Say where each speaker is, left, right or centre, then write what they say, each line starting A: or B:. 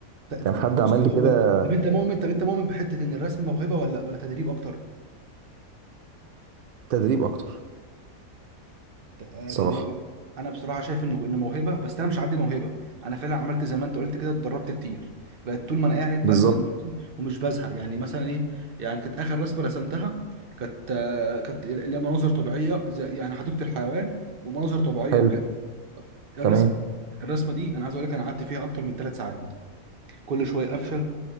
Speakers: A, on the right; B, on the right.
A: ت-
B: كان
A: ت-
B: حد
A: بص
B: عمل لي
A: هو
B: كده
A: طب انت مؤمن طب انت مؤمن بحته ان الرسم موهبه ولا ولا تدريب اكتر
B: تدريب اكتر
A: ت- آه،
B: صراحه
A: تدريب أكتر. انا بصراحه شايف انه انه موهبه بس انا مش عندي موهبه انا فعلا عملت زي ما انت قلت كده اتدربت كتير بقت طول ما انا قاعد
B: بالظبط
A: برسم برسم ومش بزهق يعني مثلا ايه يعني كانت اخر رسمه رسمتها كانت آه، كانت اللي هي مناظر طبيعيه زي يعني حديقه الحيوان ومناظر طبيعيه
B: حلو
A: وكده الرسم
B: تمام
A: الرسمه دي انا عايز اقول لك انا قعدت فيها اكتر من ثلاث ساعات كل شويه افشل